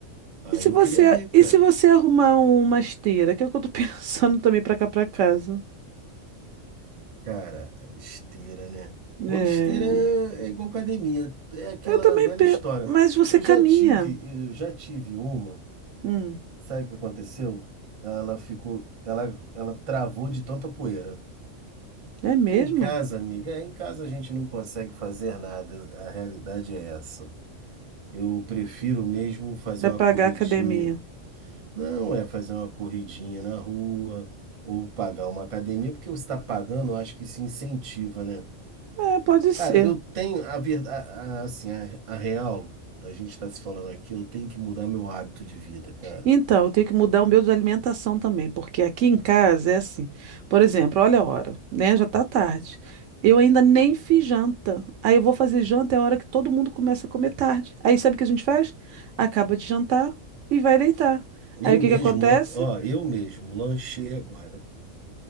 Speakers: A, on the right; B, on the right.
A: Aí
B: E se
A: eu
B: você,
A: queria ver, cara.
B: e se você arrumar uma esteira, que é o que eu tô <laughs> pensando também pra cá pra casa.
A: Cara, esteira, né?
B: É,
A: Ou esteira é igual academia, é aquela
B: eu também
A: velha
B: penso,
A: história.
B: mas você
A: Eu
B: caminha.
A: já tive, eu já tive uma,
B: Hum,
A: sabe o que aconteceu? Ela ficou, ela, ela travou de tanta poeira.
B: é mesmo?
A: Que em casa, amiga, é, em casa a gente não consegue fazer nada, a realidade é essa. Eu prefiro mesmo fazer
B: É
A: uma
B: pagar
A: corridinha.
B: academia.
A: Não é fazer uma corridinha na rua ou pagar uma academia, porque você está pagando, eu acho que se incentiva, né?
B: É, pode
A: Cara,
B: ser.
A: eu tenho a verdade, assim, a, a real, a gente está se falando aqui, eu tenho que mudar meu hábito de vida, cara.
B: Então, eu tenho que mudar o meu de alimentação também, porque aqui em casa é assim. Por exemplo, olha a hora, né? Já tá tarde. Eu ainda nem fiz janta. Aí eu vou fazer janta, é a hora que todo mundo começa a comer tarde. Aí sabe o que a gente faz? Acaba de jantar e vai deitar. Aí
A: Eu
B: o que
A: mesmo,
B: que acontece?
A: lan- ó, eu mesmo lanchei agora.